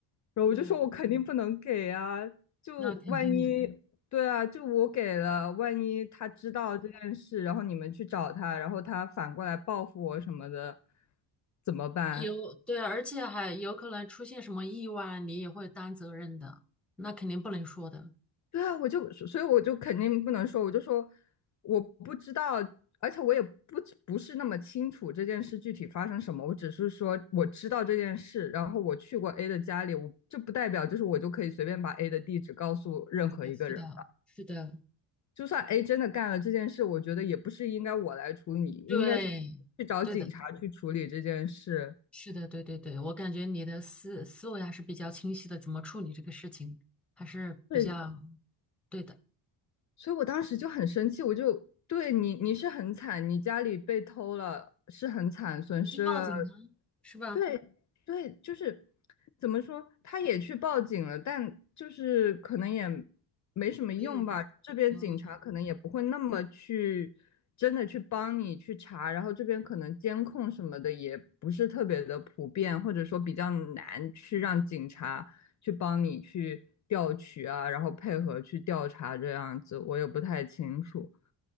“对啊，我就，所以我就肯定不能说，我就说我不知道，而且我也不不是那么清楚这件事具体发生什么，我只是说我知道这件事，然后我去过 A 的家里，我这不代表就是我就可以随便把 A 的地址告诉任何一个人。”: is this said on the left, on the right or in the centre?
Left